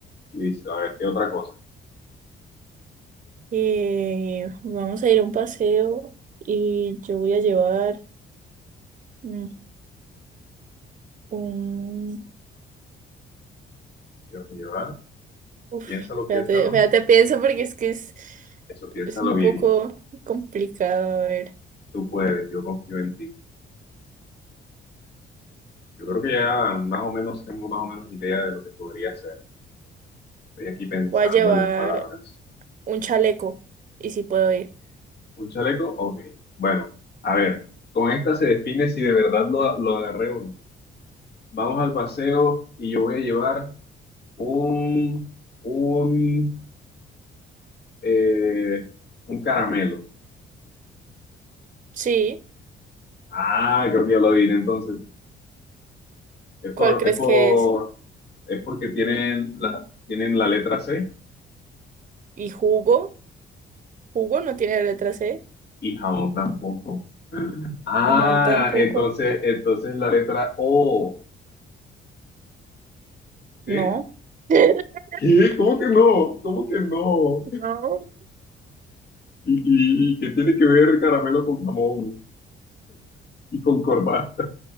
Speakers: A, on the left; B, on the right.
A: Listo, a ver, ¿qué otra cosa?
B: Eh, vamos a ir a un paseo y yo voy a llevar. mm, Un...
A: Yo voy a llevar,
B: Uf,
A: piénsalo,
B: espérate,
A: piénsalo,
B: espérate, pienso porque es que es,
A: eso piénsalo
B: es un
A: bien.
B: poco complicado. A ver,
A: Tú puedes, yo confío en ti. Yo creo que ya más o menos tengo más o menos idea de lo que podría ser. Estoy aquí pensando
B: voy a llevar
A: en las palabras.
B: un chaleco y si puedo ir.
A: ¿Un chaleco? Ok. Bueno, a ver, con esta se define si de verdad lo, lo agarré o no. Vamos al paseo y yo voy a llevar un, un, eh, un caramelo.
B: Sí,
A: Ah, creo que ya lo adiviné entonces. Es por,
B: ¿cuál crees
A: es por,
B: que es?
A: es porque tienen la, tienen la letra C.
B: ¿Y jugo? ¿Jugo no tiene letra C?
A: Y jamón tampoco. Ah,
B: Jamón tampoco.
A: entonces, entonces la letra O, ¿sí?
B: No. <laughs>
A: ¿Qué? ¿Cómo que no? ¿Cómo que no?
B: No.
A: ¿Y, y, y qué tiene que ver caramelo con jamón y con corbata?